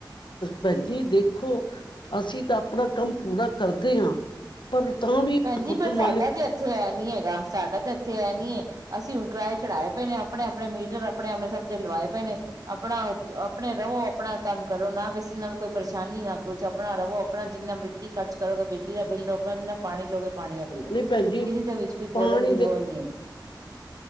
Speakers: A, on the left; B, on the right.
A: ਭੈਣ ਜੀ ਦੇਖੋ ਅਸੀਂ ਤਾਂ ਆਪਣਾ ਕੰਮ ਪੂਰਾ ਕਰਦੇ ਹਾਂ। ਪਰ ਤਾਂ ਵੀ
B: ਭੈਣਜੀ
A: ਮਕਾਨ
B: ਪਰ
A: ਮਾਲਿਕ
B: ਸਾਡਾ ਤੇ ਇੱਥੇ ਐ ਨੀ ਹੈਗਾ ਸਾਡਾ ਤਾਂ ਇੱਥੇ ਇਹ ਨੀ ਅਸੀਂ ਹੁਣ ਕਿਰਾਏ ਚੜ੍ਹਾਏ ਪਏ ਨੇ ਆਪਣੇ ਆਪਣੇ ਮੀਟਰ ਆਪਣੇ ਆਪਣੇ ਸਭ ਤੇ ਲਵਾਏ ਪਏ ਨੇ ਆਪਣਾ ਆਪਣੇ ਰਵੋ ਆਪਣਾ ਕੰਮ ਕਰੋ ਨਾ ਕਿਸੇ ਨਾਲ ਕੋਈ ਪਰੇਸ਼ਾਨੀ ਨਾ ਕੁਛ ਆਪਣਾ ਰਵੋ ਆਪਣਾ ਜਿੰਨਾ ਬਿਜਲੀ ਖਰਚ ਕਰੋ ਕਿ ਬਿਜਲੀ ਦਾ ਬਿੱਲ ਦਓ ਆਪਣਾ ਜਿੰਨਾ ਪਾਣੀ ਲੋ ਪਾਣੀ ਦਾ ਬਿੱਲ ਦਾ
A: ਨੇ
B: ਕਿਸੇ
A: ਭੈਣ ਜੀ
B: ਦੇ ਵਿੱਚ ਕੁਝ ਬੋਲਣ
A: ਪਾਣੀ
B: ਦੀ ਰੋ ਨਹੀਂ ਹੈਗੀ